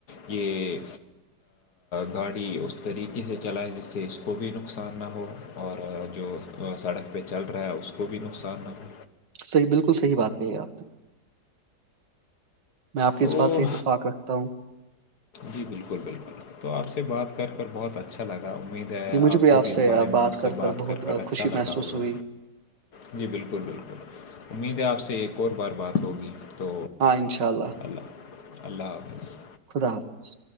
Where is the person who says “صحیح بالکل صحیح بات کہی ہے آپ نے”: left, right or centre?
Right